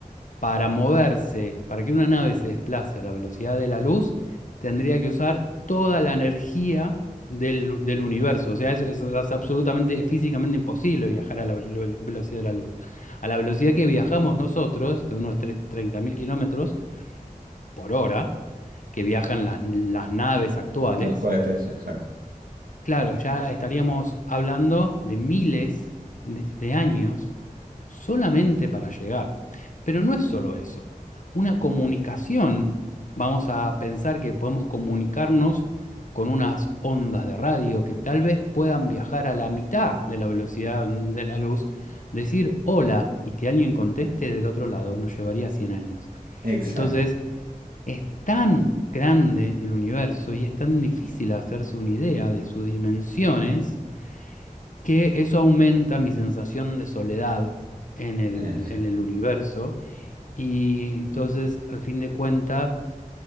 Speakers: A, on the left; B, on the right.
A: para moverse, para que una nave se desplace a la velocidad de la luz, tendría que usar toda la energía del, del universo. O sea, eso es, es absolutamente físicamente imposible viajar a la vel- vel- velocidad de la luz. A la velocidad que viajamos nosotros, que son unos tres- 30.000 kilómetros por hora, que viajan las, las naves actuales,
B: Los cohetes, exacto.
A: Claro, ya estaríamos hablando de miles de, de años solamente para llegar. Pero no es solo eso. Una comunicación, vamos a pensar que podemos comunicarnos con unas ondas de radio que tal vez puedan viajar a la mitad de la velocidad de la luz, decir hola y que alguien conteste del otro lado nos llevaría 100 años.
B: Exacto.
A: Entonces, es tan grande el universo y es tan difícil hacerse una idea de sus dimensiones que eso aumenta mi sensación de soledad en el,
B: es.
A: en el universo. Y entonces, al fin de cuentas,